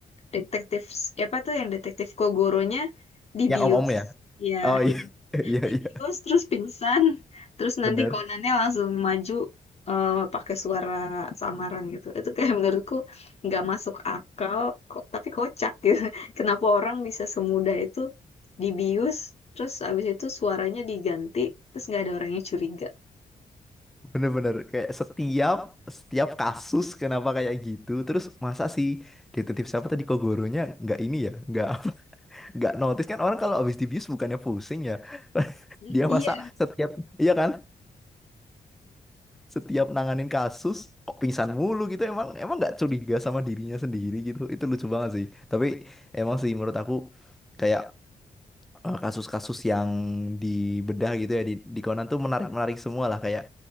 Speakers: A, on the left (about 40°); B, in the centre.
A: detektif, siapa tuh yang detektif Kogoronya dibius.
B: Yang om-om ya?
A: Iya,
B: Oh iya
A: iya.
B: <laughs> iya
A: dibius
B: iya
A: terus pingsan terus nanti
B: bener.
A: konannya langsung maju eh, pakai suara samaran gitu itu kayak menurutku nggak masuk akal kok tapi kocak gitu <laughs> kenapa orang bisa semudah itu dibius terus abis itu suaranya diganti terus nggak ada orangnya curiga
B: Bener-bener kayak setiap setiap kasus kenapa kayak gitu terus masa sih detektif siapa tadi Kogoronya nggak ini ya nggak nggak notice kan orang kalau habis dibius bukannya pusing ya <laughs>
A: Hmm,
B: dia
A: iya
B: masa setiap iya kan setiap nanganin kasus kok pingsan mulu gitu emang emang nggak curiga sama dirinya sendiri gitu itu lucu banget sih tapi emang sih menurut aku kayak eh, kasus-kasus yang dibedah gitu ya di, di Conan tuh menarik-menarik semua lah kayak